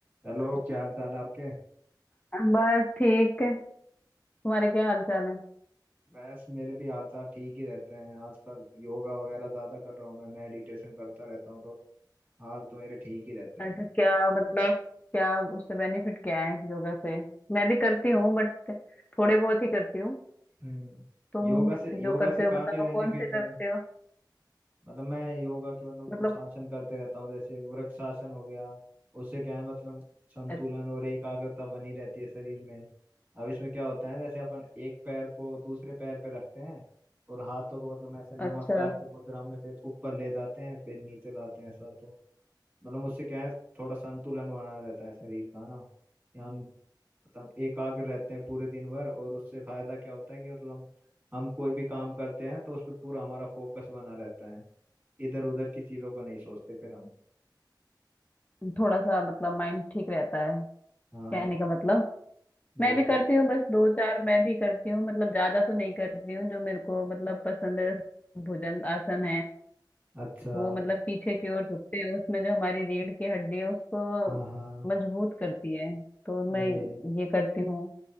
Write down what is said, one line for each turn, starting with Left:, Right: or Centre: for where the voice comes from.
Right: हेलो क्या हाल चाल है आपके
Left: बस ठीक है तुम्हारे क्या हाल चाल है
Right: बस मेरे भी हाल चाल ठीक ही रहते हैं आजकल योगा वगैरह ज्यादा कर रहा हूँ मैं मेडिटेशन करता रहता हूँ तो हाल तो मेरे ठीक ही रहते
Left: अच्छा
Right: हैं
Left: क्या मतलब क्या उससे बेनिफिट क्या है योगा से मैं भी करती हूँ बट थोड़े बहुत ही करती हूँ
Right: हम्म
Left: तुम
Right: योगा से योगा
Left: जो करते
Right: से काफी
Left: हो बताओ
Right: बेनिफिट
Left: कौन से करते
Right: है
Left: हो
Right: मतलब मैं योगा के मतलब
Left: मतलब
Right: कुछ आसन करते रहता हूँ जैसे वृक्षासन हो गया उससे क्या है मतलब संतुलन
Left: अ-
Right: और एकाग्रता बनी रहती है शरीर में अब इसमें क्या होता है जैसे अपन एक पैर को दूसरे पैर पे रखते हैं और हाथों को मतलब ऐसे नमस्कार
Left: अच्छा
Right: की मुद्रा में फिर ऊपर ले जाते हैं फिर नीचे लाते हैं ऐसा तो मतलब उससे क्या है थोड़ा संतुलन बना रहता है शरीर का ना या हम मतलब एकाग्र रहते हैं पूरे दिन भर और उससे फायदा क्या होता है कि मतलब हम हम कोई भी काम करते हैं तो उस पर पूरा हमारा फोकस बना रहता है इधर उधर की चीजों को नहीं सोचते फिर हम
Left: थोड़ा सा मतलब माइंड ठीक रहता है
Right: हाँ
Left: कहने का मतलब मैं
Right: बिल्कुल
Left: भी करती हूँ बस दो चार मैं भी करती हूँ मतलब ज्यादा तो नहीं करती हूँ जो मेरे को मतलब पसंद है भुजंग आसन है
Right: अच्छा
Left: वो मतलब पीछे की ओर झुकते हैं उसमें जो हमारी रीढ़ की हड्डी है उसको
Right: हाँ हाँ
Left: मजबूत करती है तो मैं
Right: अरे
Left: ये करती हूँ